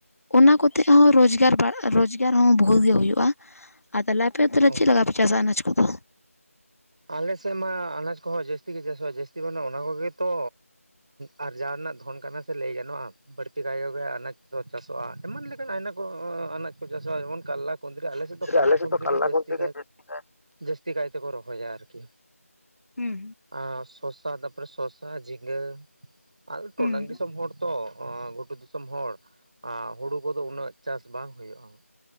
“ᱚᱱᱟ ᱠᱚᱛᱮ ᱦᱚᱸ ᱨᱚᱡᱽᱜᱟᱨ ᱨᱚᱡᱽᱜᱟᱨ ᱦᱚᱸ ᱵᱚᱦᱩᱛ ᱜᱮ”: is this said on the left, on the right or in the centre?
Left